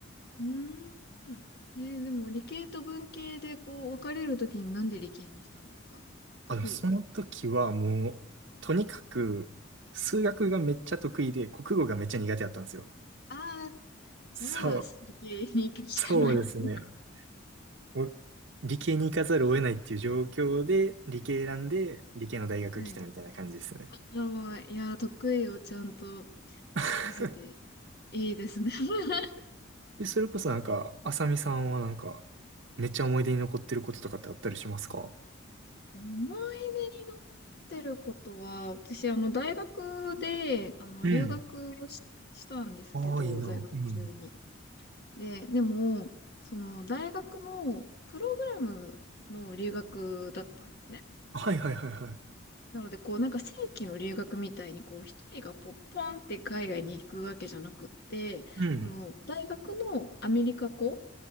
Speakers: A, on the left; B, on the right.
A: うーん。えーでも理系と文系でこう分かれるときになんで理系にしたんですか得意。
B: あの、その時はもう、とにかく、数学がめっちゃ得意で、国語がめっちゃ苦手だったんですよ。
A: ああ、じゃあ、
B: そう、
A: 理系に行くしかないですね。
B: そうですね。もう理系に行かざるを得ないっていう状況で、理系選んで、理系の大学来たみたいな感じですね。
A: うんはい。あ、じゃあ、いやー、得意をちゃんと
B: <laughs>
A: 活かせていいですね。<laughs>
B: で、それこそなんか、あさみさんはなんか、めっちゃ思い出に残ってることとかってあったりしますか
A: 思い出に残ってることは、私、あの、大学で、あの、
B: うん。
A: 留学をし、したんですけど、
B: ああ、いいな。
A: 在学中に。
B: うん。
A: で、でも、その大学のプログラムの留学だったんですね。
B: はいはいはいはい。
A: なので、こうなんか正規の留学みたいに、こう一人がポッポンって海外に行くわけじゃなくって、
B: うん。
A: その大学のアメリカ校